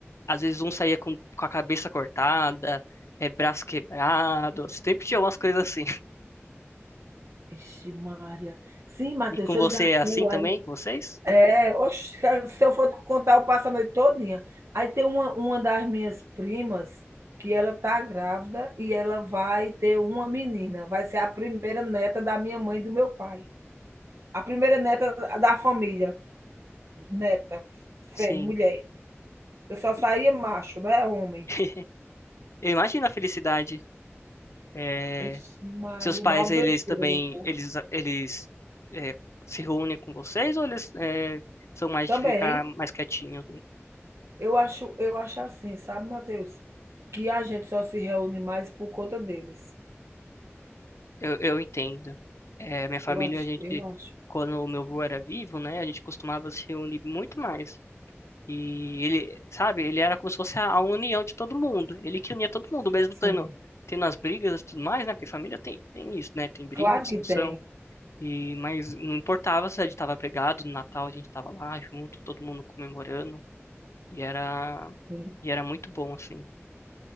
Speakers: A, on the left; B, on the right.
A: Às vezes um saía com, com a cabeça cortada, é, braço quebrado. Sempre tinha umas coisas assim. <laughs>
B: Ixi Maria. Sim, Matheus,
A: E com
B: deixa
A: você
B: eu dizer a tua
A: é assim também,
B: aí.
A: com vocês?
B: É, oxe, se eu for te contar, eu passo a noite todinha. Aí tem uma uma das minhas primas que ela tá grávida e ela vai ter uma menina, vai ser a primeira neta da minha mãe e do meu pai. A primeira neta da família, neta, fé
A: Sim.
B: mulher, porque só saía
A: E-
B: macho, né, homem.
A: <laughs> Eu imagino a felicidade. É,
B: Ixi Maria,
A: seus pais,
B: maior
A: eles
B: besteira
A: também,
B: do povo.
A: eles, eles é, se reúnem com vocês ou eles é, são mais
B: Também,
A: de ficar mais quietinho?
B: eu acho eu acho assim, sabe, Matheus, que a gente só se reúne mais por conta deles.
A: Eu, eu entendo. É, minha família,
B: Eu acho
A: a gente,
B: eu acho.
A: quando o meu avô era vivo, né, a gente costumava se reunir muito mais. E ele, sabe, ele era como se fosse a, a união de todo mundo. Ele que unia todo mundo, mesmo
B: Sim,
A: tendo, tendo as brigas e tudo mais, né? Porque família tem, tem isso, né? Tem briga,
B: claro
A: discussão.
B: que tem,
A: E, mas não importava se a gente tava brigado, no Natal a gente tava lá junto, todo mundo comemorando. E era,
B: sim.
A: e era muito bom, assim.